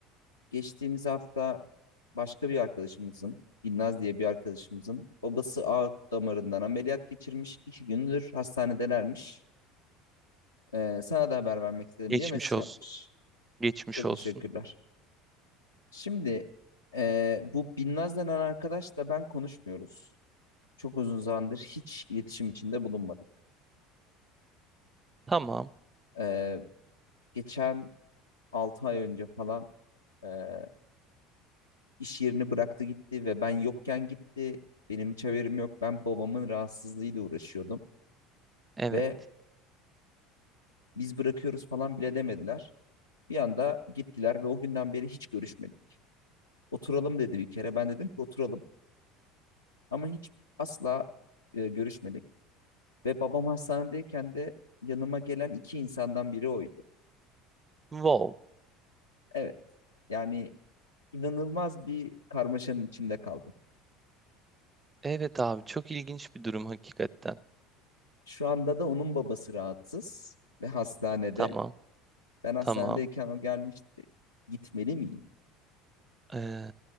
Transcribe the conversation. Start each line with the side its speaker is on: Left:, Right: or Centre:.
Left: geçtiğimiz hafta başka bir arkadaşımızın, Binnaz diye bir arkadaşımızın babası aort damarından ameliyat geçirmiş. İki gündür hastanedelermiş. Ee, sana da haber vermek istedim
Right: Geçmiş
Left: diye mesaj
Right: olsun.
Left: atmış.
Right: Geçmiş
Left: Çok
Right: olsun.
Left: teşekkürler. Şimdi eee, bu Binnaz denen arkadaşla ben konuşmuyoruz. Çok uzun zamandır hiç iletişim içinde bulunmadık.
Right: Tamam.
Left: Eee, geçen altı ay önce falan eee, iş yerini bıraktı gitti ve ben yokken gitti. Benim hiç haberim yok. Ben babamın rahatsızlığıyla uğraşıyordum
Right: Evet.
Left: ve biz bırakıyoruz falan bile demediler. Bir anda gittiler ve o günden beri hiç görüşmedik. Oturalım dedi bir kere. Ben dedim ki oturalım ama hiç asla e, görüşmedik. Ve babam hastanedeyken de yanıma gelen iki insandan biri oydu.
Right: Wow.
Left: Evet, yani inanılmaz bir karmaşanın içinde kaldım.
Right: Evet abi çok ilginç bir durum hakikaten.
Left: Şu anda da onun babası rahatsız ve hastanede.
Right: Tamam.
Left: Ben hastanedeyken
Right: Tamam.
Left: o gelmişti. Gitmeli miyim?
Right: Ee,